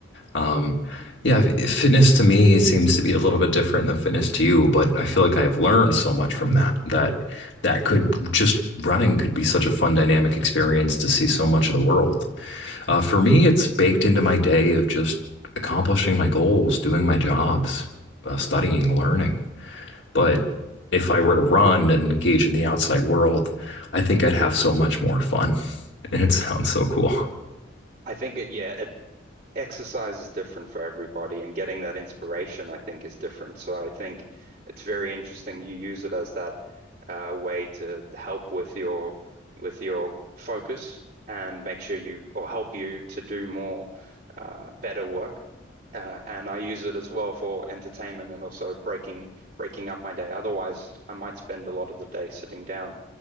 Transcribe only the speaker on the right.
I think it, yeah, it, exercise is different for everybody, and getting that inspiration, I think, is different. So I think it's very interesting. You use it as that uh, way to help with your with your focus and make sure you or help you to do more uh, better work. Uh, and I use it as well for entertainment and also breaking breaking up my day. Otherwise, I might spend a lot of the day sitting down.